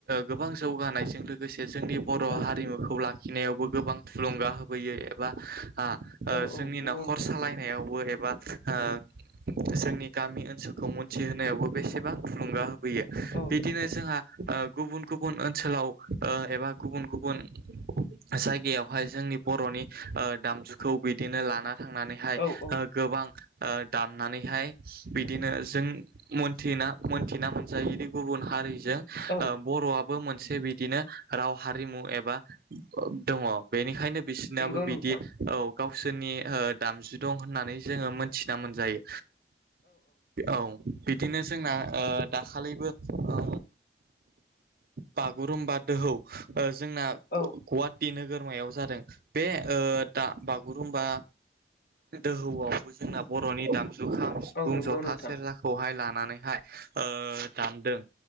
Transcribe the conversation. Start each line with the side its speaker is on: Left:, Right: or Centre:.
Right: गोबां जौगानायजों लोगोसे जोंनि बर'
Left: औ
Right: हारिमुखौ ला खिनायावबो गोबां थुलुंगा होबोयो एबा ओ
Left: औ
Right: जोंनि
Left: औ नंगौ
Right: न'खर
Left: नोंथां
Right: सालायनायावबो ए बा ओ जोंनि गामि ओनसोलखौ मोनथिहोनायावबो बेसेबां थुलुंगा हो फैयो
Left: औ
Right: बिदिनो जोंहा ओ गुबुन गुबुन ओनसोलाव ओ एबा गुबुन गुबुन जायगायावहाय जोंनि बर' नि ओ दामजुखौ बिदिनो लाना थांनानैहाय
Left: औ औ
Right: ओ गोबां ओ दामनानैहाय बिदिनो जों मोनथिना मोनथिना मोनजायोदि गुबुन हा हारिजों
Left: औ
Right: ओ बर'आबो मोनसे बिदिनो राव हारिमु एबा दङ बेनिखायनो बि बिसनाबो
Left: नंगौ
Right: बिदि
Left: नोंथां
Right: औ गावसोरनि ओ दामजु दं होननानै जोङो मोनथिना मोनजायो औ बिदिनो जोंना ओ दाखालिबो ओ बागुरुम्बा दोहौ जोंना
Left: औ
Right: गुवाहाटि नोगोरमायाव जादों। बे ओ दा बागुरुमबा दोहौआव जोंना जोंना बर'नि दाम जु खाम सिफुं
Left: औ नंगौ
Right: जथा
Left: नोंथां
Right: सेरजाखौहाय लानानैहाय ओ दानदों